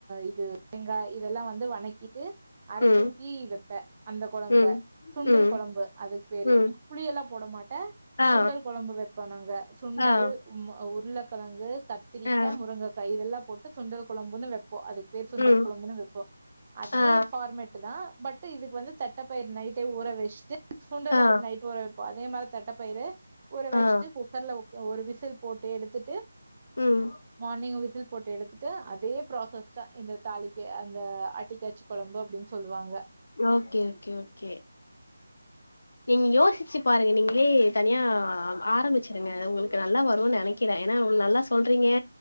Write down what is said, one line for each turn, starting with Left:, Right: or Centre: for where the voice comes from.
Right: இது வெங்கா இதெல்லா வந்து வணக்கிட்டு அரச்சூத்தி
Left: ம்
Right: வெப்பெ அந்த கொழம்ப
Left: ம்
Right: சுண்டல்
Left: ம்
Right: கொழம்பு அதுக்கு பேரு
Left: ம்
Right: புளியெல்லா போட மாட்டே
Left: ஆ
Right: சுண்டல் கொழம்பு வொப்போ நாங்க சுண்டல்
Left: ஆ
Right: ம்ம உருளக்கெழங்கு கத்திரிக்கா
Left: ஆ
Right: முருங்கக்கா இதெல்லா போட்டு சுண்டல் கொழம்புன்னு வெப்போ அதுக்கு பேர் சுண்டல்
Left: ம்
Right: குழம்புன்னு வெப்போ அதே
Left: ஆ
Right: ஃபார்மெட்டு தா பட்டு இதுக்கு வந்து த தட்டப்பயிறு நைட்டே ஊற வெச்ட்டு சுண்டல
Left: ஆ
Right: எப்டி நைட் ஊற வெப்போ அதே மாதிரி தட்டப்பயிறு ஊற வச்ட்டு
Left: ஆ
Right: குக்கர்ல ஒரு விசில் போட்டு எடுத்துட்டு
Left: ம்
Right: மார்னிங் விசில் போட்டு எடுத்துட்டு அதே ப்ராசஸ் தா இந்த தாளிக்க அந்த அட்டி காச்சி கொழம்பு அப்டின் சொல்லுவாங்க
Left: ஓகே ஓகே ஓகே நீங்க யோசிச்சு பாருங்க நீங்ளே தனியா ஆரம்பிச்சுருங்க உங்குளுக்கு நல்லா வருன் நெனைக் கிறே எனா வு நல்லா சொல்றீங்கே